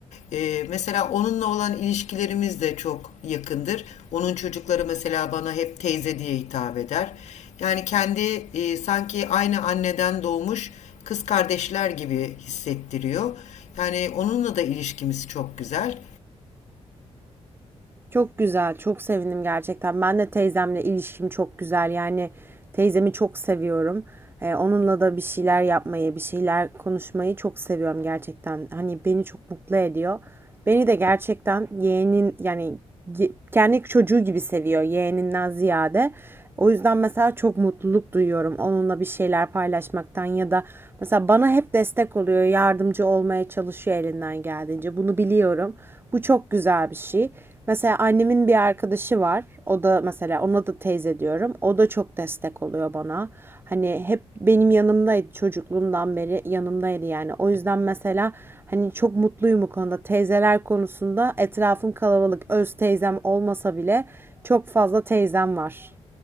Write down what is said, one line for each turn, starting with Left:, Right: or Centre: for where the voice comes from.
Left: Ee, mesela onunla olan ilişkilerimiz de çok yakındır. Onun çocukları mesela bana hep teyze diye hitap eder. Yani kendi e, sanki aynı anneden doğmuş kız kardeşler gibi hissettiriyor. Yani onunla da ilişkimiz çok güzel.
Right: Çok güzel, çok sevindim gerçekten. Ben de teyzemle ilişkim çok güzel. Yani teyzemi çok seviyorum. Ee, onunla da bir şeyler yapmayı, bir şeyler konuşmayı çok seviyorum gerçekten. Hani beni çok mutlu ediyor. Beni de gerçekten yeğenin yani ye- kendi çocuğu gibi seviyor yeğeninden ziyade. O yüzden mesela çok mutluluk duyuyorum onunla bir şeyler paylaşmaktan ya da mesela bana hep destek oluyor, yardımcı olmaya çalışıyor elinden geldiğince. Bunu biliyorum. Bu çok güzel bir şey. Mesela annemin bir arkadaşı var. O da mesela ona da teyze diyorum. O da çok destek oluyor bana. Hani hep benim yanımdaydı çocukluğumdan beri yanımdaydı yani. O yüzden mesela hani çok mutluyum bu konuda. Teyzeler konusunda etrafım kalabalık. Öz teyzem olmasa bile çok fazla teyzem var.